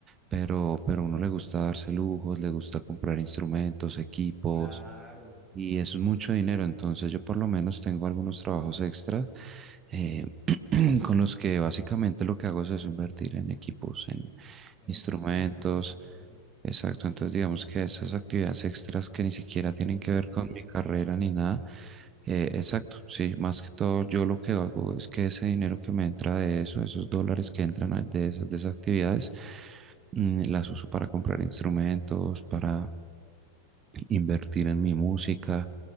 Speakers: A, on the right (about 25°); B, in the centre.
A: pero, pero a uno le gusta darse lujos, le gusta comprar instrumentos, equipos
B: Claro,
A: y es mucho dinero, entonces yo por lo menos tengo algunos trabajos extras eh, <clears throat> con los que básicamente lo que hago es eso, invertir en equipos, en
B: en
A: instrumentos.
B: equipos e instrumentos, claro.
A: Exacto, entonces digamos que esas actividades extras que ni siquiera tienen
B: Y en
A: que
B: formarse,
A: ver con mi carrera ni nada. eh, exacto, sí, más que todo yo lo que hago es que ese dinero que me entra de eso, esos dólares que entran a- de esas, de esas actividades, Mm, Las uso para comprar instrumentos, para invertir en mi música,